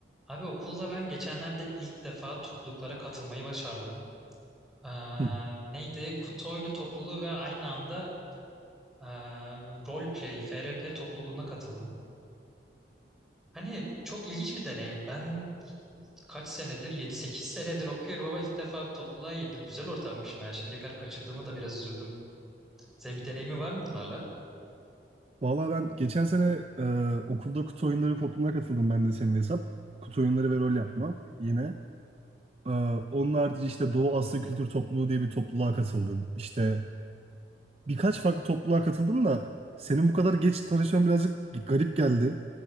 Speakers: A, in the centre; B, on the right.
A: Abi okulda ben geçenlerde ilk defa topluluklara katılmayı başardım. Ee,
B: Hı.
A: neydi? Kutu oyunu topluluğu ve aynı anda e, Roleplay, FRP topluluğuna katıldım. Hani çok ilginç bir deneyim. Ben kaç senedir, yedi sekiz senedir okuyorum ama ilk defa bir topluluğa girdim. Güzel ortammış meğer. Şimdiye kadar kaçırdığımı da biraz üzüldüm. Senin bir deneyimin var mı bunlarla?
B: Vallahi ben geçen sene e, okulda kutu oyunları topluluğuna katıldım ben de senin hesap. Kutu oyunları ve rol
A: Hı
B: yapma
A: hı.
B: yine. E, onun harici işte Doğu Asya Kültür Topluluğu diye bir topluluğa katıldım. İşte birkaç farklı topluluğa katıldım da senin bu kadar geç tanışman birazcık garip geldi.